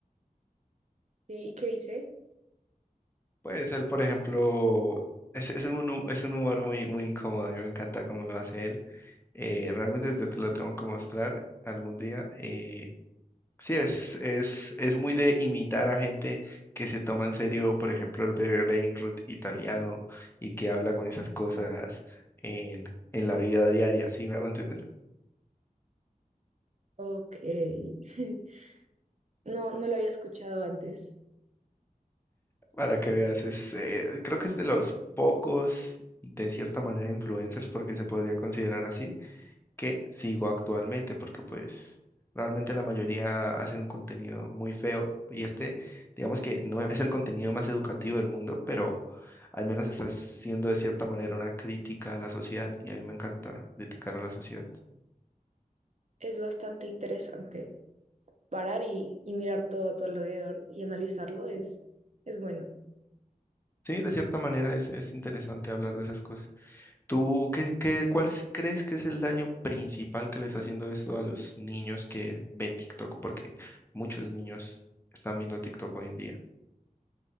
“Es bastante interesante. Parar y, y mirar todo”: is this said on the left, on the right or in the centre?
Right